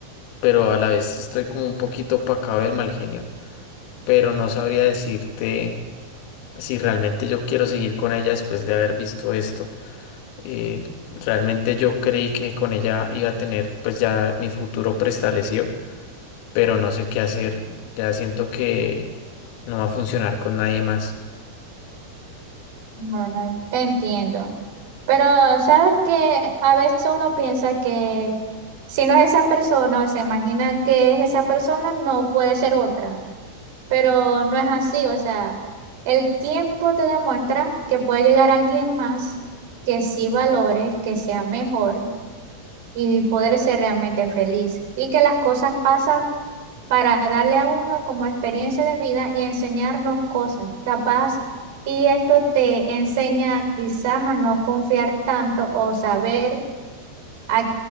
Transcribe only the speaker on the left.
pero a la vez estoy como un poquito opacado del mal genio, pero no sabría decirte si realmente yo quiero seguir con ella después de haber visto esto. Eh, realmente yo creí que con ella iba a tener pues ya mi futuro preestablecido, pero no sé qué hacer, ya siento que no va a funcionar con nadie más.